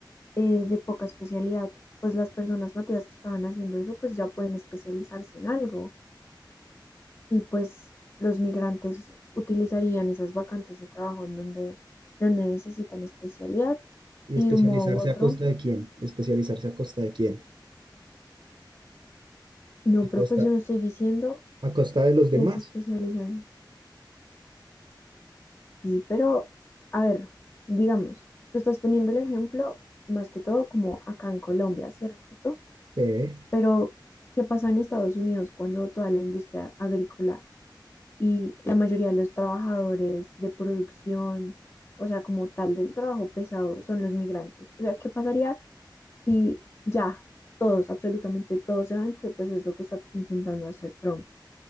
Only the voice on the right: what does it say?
¿Y
especializarse
a costa de quién? ¿Especializarse a costa de quién?
A
costa,
a costa de los demás.
Sí.